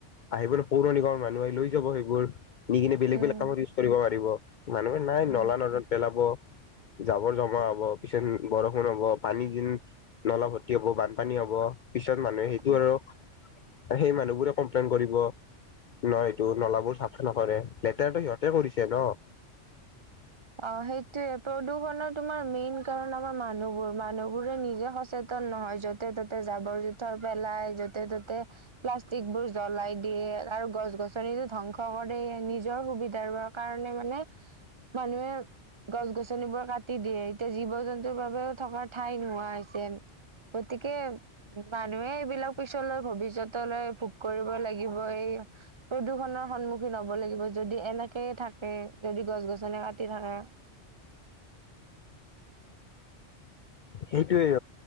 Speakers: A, on the left (about 50°); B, on the right (about 40°).
A: আহিবলৈ পৌৰ নিগমৰ মানুহ আহি লৈ যাব সেইবোৰ নি কিনে বেলেগ
B: উম
A: বেলেগ কামত ইউজ কৰিব পাৰিব মানুহে নাই
B: উম
A: নলা নদত পেলাব। জাবৰ জমা হব পিছত বৰষুণ হব পানী দিন নলা ভৰ্তি হ'ব বানপানী হ'ব পিছত মানুহে সেইটো
B: উম
A: আৰু সেই মানুহ বোৰে কমপ্লেইন কৰিব ন এইটো নলাবোৰ চাফা নকৰে লেতেৰাটো সিহঁতে কৰিছে ন।
B: অ সেইটয়ে প্ৰদূষণৰ তোমাৰ মেইন কাৰণ আমাৰ মানুহবোৰ মানুহবোৰে নিজে সচেতন নহয় য'তে ত'তে জাবৰ জোথৰ পেলাই য'তে ত'তে প্লাষ্টিকবোৰ জ্বলাই দিয়ে আৰু গছ গছনি ধ্বংস কৰে নিজৰ সুবিধাৰ কাৰণে মানে মানুহে গছ-গছনিবোৰ কাটি দিয়ে। এতিয়া জীৱ-জন্তুৰ বাবেও থকাৰ ঠাই নোহোৱা হৈছে। গতিকে মানুহে এইবিলাক পিছলৈ ভৱিষ্যতলৈ ভোগ কৰিব লাগিব। এই প্ৰদূষণৰ সন্মুখীন হব লাগিব, যদি এনেকে থাকে, যদি গছ-গছনী যেনে কাটি থাকে
A: সেইটোয়ে